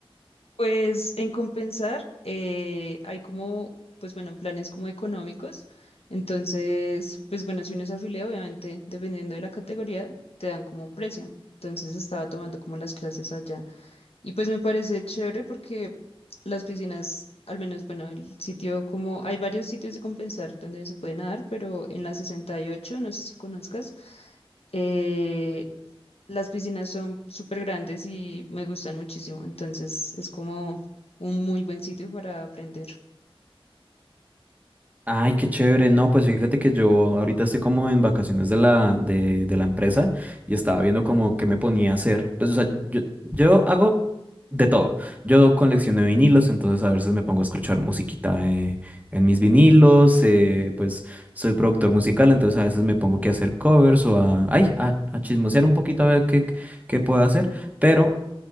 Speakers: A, on the left (about 85°); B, on the right (about 15°).
A: Pues en compensar eh, hay como, pues bueno, planes como económicos. Entonces, pues bueno, si uno es afiliado, obviamente, dependiendo de la categoría, te dan como un precio. Entonces estaba tomando como las clases allá. Y pues me parece chévere porque las piscinas, al menos, bueno, el sitio como, hay varios sitios de compensar donde se puede nadar, pero en la 68, no sé si conozcas, eh, las piscinas son súper grandes y me gustan muchísimo, entonces es como un muy buen sitio para aprender.
B: Ay, qué chévere. No, pues fíjate que yo ahorita estoy como en vacaciones de la, de, de la empresa y estaba viendo como qué me ponía a hacer. Pues, o sea, yo, yo hago de todo. Yo colecciono vinilos, entonces a veces me pongo a escuchar musiquita eh, en mis vinilos. eh, pues soy productor musical, entonces a veces me pongo que a hacer covers o a, ay, a, a chismosear un poquito a ver qué, qué puedo hacer. Pero